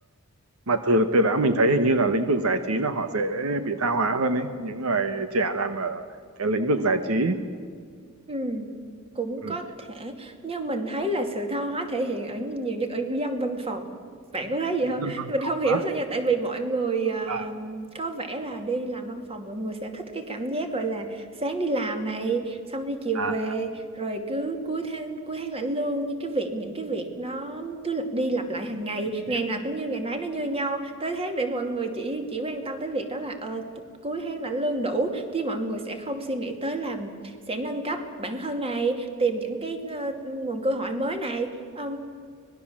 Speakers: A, on the right; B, on the right.
A: mà từ từ đã mình thấy hình như là lĩnh vực giải trí là họ dễ bị tha hóa hơn ấy những người trẻ làm ở cái lĩnh vực giải trí
B: Ừ, cũng
A: ừ.
B: có thể nhưng mình thấy là sự tha hóa thể hiện ở nhiều nhất ở dân văn phòng bạn có thấy gì
A: dân
B: không
A: văn
B: mình
A: phòng
B: không hiểu
A: á
B: sao nha tại vì mọi người à,
A: à,
B: có vẻ là đi làm văn phòng mọi người sẽ thích cái cảm giác gọi là sáng đi làm này xong đi chiều
A: à,
B: về rồi cứ cuối tháng cuối tháng lãnh lương như cái việc những cái việc nó cứ lặp đi lặp lại hàng ngày
A: hiểu.
B: ngày nào cũng như ngày nấy nó như nhau tới tháng để mọi người chỉ chỉ quan tâm tới việc đó là ờ, cuối tháng lãnh lương đủ chứ mọi người sẽ không suy nghĩ tới làm sẽ nâng cấp bản thân này tìm những cái ờ, nguồn cơ hội mới này không